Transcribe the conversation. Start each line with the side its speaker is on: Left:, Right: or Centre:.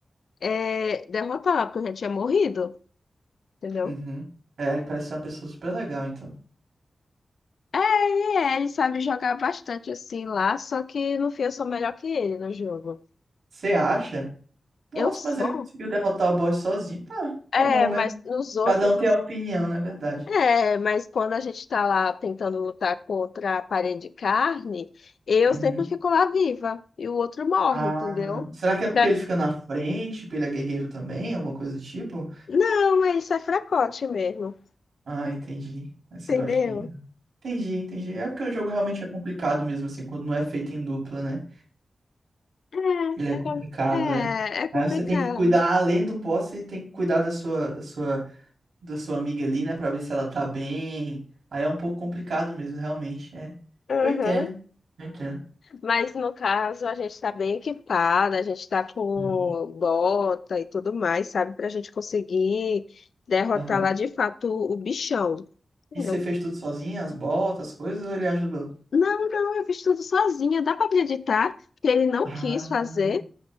Left: é, derrotar, porque eu já tinha morrido, entendeu?
Right: Uhum. É, ele parece ser uma pessoa super legal, então.
Left: É, ele é, ele sabe jogar bastante assim lá, só que no fim eu sou melhor que ele no jogo.
Right: Você acha? Nossa,
Left: Eu sou.
Right: mas ele conseguiu derrotar o boss sozinho. Tá,
Left: É,
Right: tá bom, né?
Left: mas nos outros.
Right: Cada um tem a opinião, na verdade.
Left: É, mas quando a gente está lá tentando lutar contra a parede de carne, eu
Right: Uhum.
Left: sempre fico lá viva e o outro morre,
Right: Ah,
Left: entendeu?
Right: será que é porque
Left: Fra-
Right: ele fica na frente, porque ele é guerreiro também, alguma coisa do tipo?
Left: Não, é isso é fracote mesmo,
Right: Ah, entendi. Aí Você
Left: entendeu?
Right: gosta de. Entendi, entendi. É porque o jogo realmente é complicado mesmo, assim, quando não é feito em dupla, né?
Left: É,
Right: Ele é complicado,
Left: é, com- é,
Right: é.
Left: é complicado.
Right: Aí você tem que cuidar além do boss, você tem que cuidar da sua, da sua, da sua amiga ali, né, pra ver se ela tá bem. Aí é um pouco complicado mesmo, realmente. É.
Left: Uhum.
Right: Eu entendo, eu entendo.
Left: Mas no caso, a gente está bem equipada, a gente está com
Right: Uhum.
Left: bota e tudo mais, sabe? Para a gente conseguir derrotar
Right: Aham.
Left: lá de fato o bichão, entendeu?
Right: E você fez tudo sozinha, as botas, as coisas, ou ele ajudou?
Left: Não, não, eu fiz tudo sozinha. Dá para acreditar que ele não
Right: Ah,
Left: quis fazer.